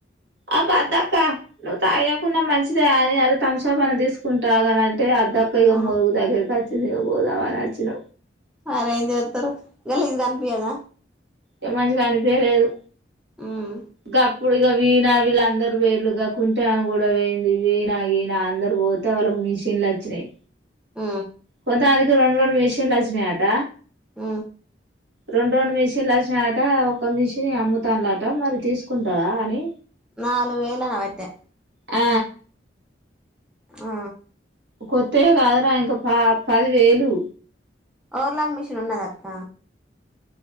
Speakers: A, on the right (about 75°); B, in the centre.
A: ఆ బద్దక్క నువ్వు తాగాకుంన్నా మంచిదే అని అర ధాంసప్ తీసుకుంటా ఆగు అని అంటే అద్దక్క ఇగ
B: ఆ
A: మొరుగుదగ్గరికి అచ్చింది గదా పోదావ అచ్చిన
B: అదెంజేత్తరు గలీస్ కనిపియాద
A: ఇ మంచిగా అనిపయలేదు
B: ఉమ్
A: గ ఇప్పుడు ఇక వీణ వీళ్ళ అందరుూ వేలు కుంటా కూడా వేయింది వీనా ఈనా అందరూ పోతే వాళ్ళం మెషిన్లచ్చినాయ్
B: ఊ
A: కొంతందునికి రెండు రెండు మిషన్లు వచ్చినాయట
B: ఊ
A: రెండు రెండు మిషన్లు వచ్చినట ఒక మిషిన్ అమ్ముతాన్లాట మరి తీసుకుంటావా అని
B: నాలుగు వేలన్వట్టే
A: ఆ
B: ఆ
A: కొత్త కాదురా ఇంకా ప పదివేలు
B: ఓర్లాన్ మిషిన్ ఉన్నదా అక్క